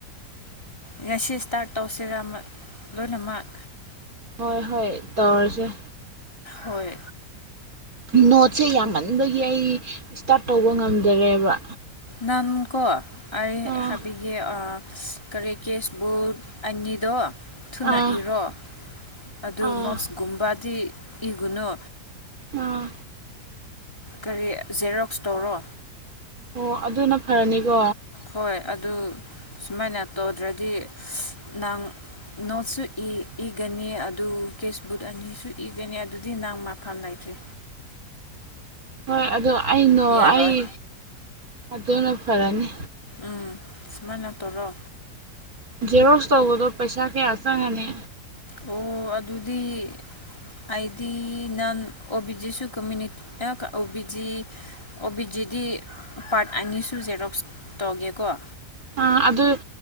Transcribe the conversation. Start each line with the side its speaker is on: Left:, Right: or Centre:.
Left: ꯉꯁꯤ ꯁꯇꯥꯔꯠ ꯇꯧꯁꯤꯔꯥ ꯂꯣꯏꯅꯃꯛ
Right: ꯍꯣꯏ ꯍꯣꯏ ꯇꯧꯔꯁꯦ
Left: ꯍꯣꯏ
Right: ꯅꯣꯠꯁꯦ ꯌꯥꯝꯃꯟꯕꯒꯤ ꯑꯩ ꯏꯁꯇꯥꯔꯠ ꯇꯧꯕ ꯉꯝꯗꯔꯦꯕ
Left: ꯅꯝꯀꯣ ꯑꯩ
Right: ꯑꯥ
Left: ꯍꯥꯏꯕꯤꯒꯦ ꯀꯔꯤ ꯀꯦꯁꯕꯨ ꯑꯅꯤꯗꯣ ꯊꯨꯅ
Right: ꯑꯥ
Left: ꯏꯔꯣ ꯑꯗꯨ
Right: ꯑꯥ
Left: ꯅꯣꯠꯁ ꯒꯨꯝꯕꯥꯗꯤ ꯏꯒꯅꯨ
Right: ꯑꯥ
Left: ꯀꯔꯤ ꯖꯦꯔꯣꯛꯁ ꯇꯧꯔꯣ
Right: ꯑꯣ ꯑꯗꯨꯅ ꯐꯔꯅꯤꯀꯣ
Left: ꯍꯣꯏ ꯑꯗꯨ ꯁꯨꯃꯥꯏꯅ ꯇꯧꯗ꯭ꯔꯗꯤ ꯅꯪ ꯅꯣꯠꯁꯨ ꯏꯒꯅꯤ ꯑꯗꯨ ꯀꯦꯁꯕꯨꯛ ꯑꯅꯤꯁꯨ ꯏꯒꯅꯤ ꯑꯗꯨꯗꯤ ꯅꯪ ꯃꯥꯐꯝ ꯂꯩꯇ꯭ꯔꯦ
Right: ꯍꯣꯏ ꯑꯗꯨ ꯑꯩꯩꯅꫭ
Left: ꯌꯥꯔꯣꯏ
Right: ꯑꯩ ꯑꯗꯨꯅ ꯐꯔꯅꯤ
Left: ꯎꯝ ꯁꯨꯃꯥꯏꯅ ꯇꯧꯔꯣ
Right: ꯖꯦꯔꯣꯛꯁ ꯇꯧꯕꯗꯣ ꯄꯩꯁꯥ ꯀꯌꯥ ꯆꯪꯉꯅꯤ
Left: ꯑꯣ ꯑꯗꯨꯗꯤ ꯍꯥꯏꯗꯤ ꯅꯟ ꯑꯣ ꯕꯤ ꯖꯤꯁꯨ ꯀꯃꯨꯅꯤ ꯑꯣ ꯕꯤ ꯖꯤ ꯑꯣꯕꯤꯖꯤꯗꯤ ꯄꯥꯔꯠ ꯑꯅꯤ ꯁꯨ ꯖꯦꯔꯣꯛꯁ ꯇꯧꯒꯦꯀꯣ
Right: ꯑ ꯑꯗꯨ